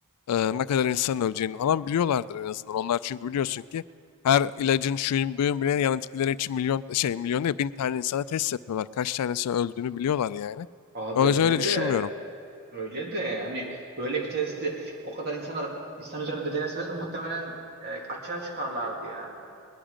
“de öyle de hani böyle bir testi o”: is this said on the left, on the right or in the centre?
Right